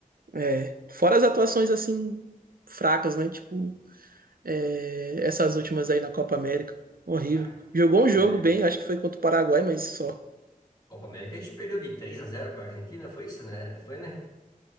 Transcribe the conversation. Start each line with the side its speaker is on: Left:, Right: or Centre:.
Right: É, fora as atuações assim fracas, né? Tipo, é, essas últimas aí na Copa América. Horrível.
Left: Ah,
Right: Jogou
Left: Copa
Right: um jogo
Left: América.
Right: bem, acho que foi contra o Paraguai, mas só.
Left: Copa América a gente perdeu de três a 0 pra Argentina, foi isso, né? Foi, né?